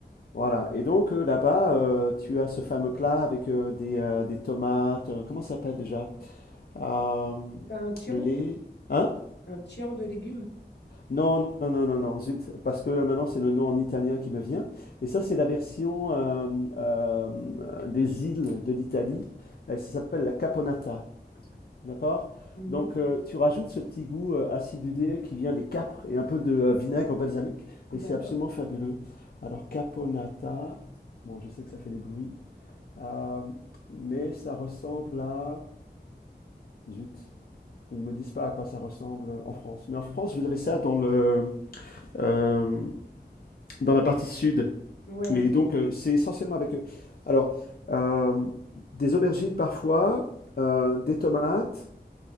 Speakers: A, on the left (about 60°); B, on the left (about 75°).
A: Voilà, et donc euh, là-bas, euh, tu as ce fameux plat avec euh, des, euh, des tomates, euh, comment ça s'appelle déjà? Euh,
B: C'est pas un tian?
A: les... Hein?
B: Un tian de légumes?
A: Non, non, non, non, non, zut, parce que euh, maintenant c'est le nom en italien qui me vient. Et ça, c'est la version euh, euh, des îles de l'Italie. Et Ça s'appelle la caponata, d'accord?
B: Mhm.
A: Donc euh, tu rajoutes ce petit goût euh, acidulé qui vient des capres et un peu de euh, vinaigre balsamique, et c'est
B: D'accord.
A: absolument fabuleux. Alors caponata, bon, je sais que ça fait des bruits, euh, mais ça ressemble à... Zut. ils ne me disent pas à quoi ça ressemble en France. Mais en France, vous avez ça dans le, euh, dans la partie sud.
B: Ouais.
A: Et donc, euh, c'est essentiellement avec, eux. alors, euh, des aubergines parfois, euh, des tomates,